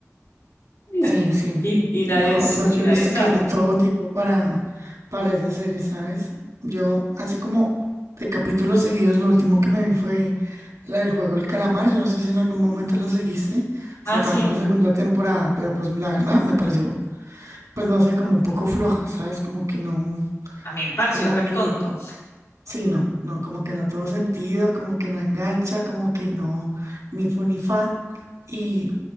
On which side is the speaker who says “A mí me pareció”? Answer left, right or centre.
Left